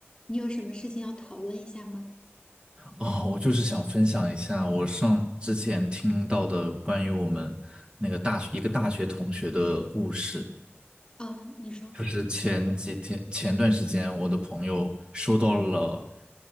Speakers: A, on the left; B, on the right.
A: 你有什么事情要讨论一下吗？
B: 哦，我就是想分享一下我上之前听到的关于我们那个大学一个大学同学的故事。
A: 啊，你说，
B: 就是前几天前段时间，我的朋友收到了